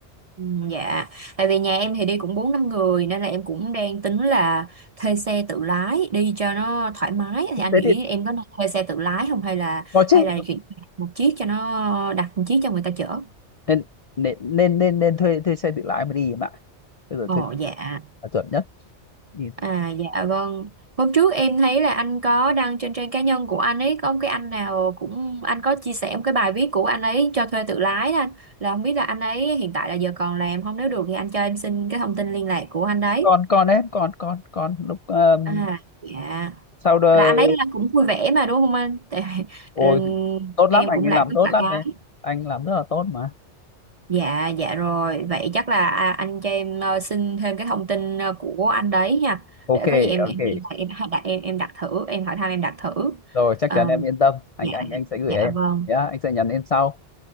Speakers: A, on the right; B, on the left.
A: Ừ, Dạ, tại vì nhà em thì đi cũng bốn năm người nên là em cũng đang tính là thuê xe tự lái đi cho nó thoải mái. Thì anh
B: thế
A: nghĩ
B: thì
A: em có nên thuê xe tự lái không hay là
B: có chứ
A: hay là chuyển một chiếc cho nó đặt một chiếc cho người ta chở?
B: nên nên nên nên, nên thuê thuê xe tự lái mà đi em ạ bây giờ
A: Ồ
B: thuê
A: dạ.
B: là chuẩn nhất đi
A: À dạ vâng. Hôm trước em thấy là anh có đăng trên trang cá nhân của anh ấy có một cái anh nào cũng anh có chia sẻ một cái bài viết của anh ấy cho thuê tự lái đó anh. Là không biết là anh ấy hiện tại là giờ còn làm không nếu được thì anh cho em xin cái thông tin liên lạc của anh đấy.
B: còn còn em con con còn lúc um,
A: À dạ.
B: sau đó
A: là anh ấy là cũng vui vẻ mà đúng không anh tại
B: ôi
A: ừ,
B: tốt
A: em
B: lắm anh
A: cũng
B: ấy
A: lại
B: làm
A: rất
B: tốt
A: là
B: lắm
A: cái
B: em anh làm rất là tốt mà
A: dạ dạ rồi vậy chắc là à, anh cho em ờ, xin thêm cái thông tin ờ, của anh đấy nha
B: ok
A: để có gì em em
B: ok
A: liên hệ em hay đặt em em đặt thử em hỏi thăm em đặt thử
B: rồi chắc
A: Ờ,
B: chắn em yên tâm anh
A: dạ
B: anh anh sẽ gửi
A: dạ
B: em
A: vâng
B: nhá anh sẽ nhắn em sau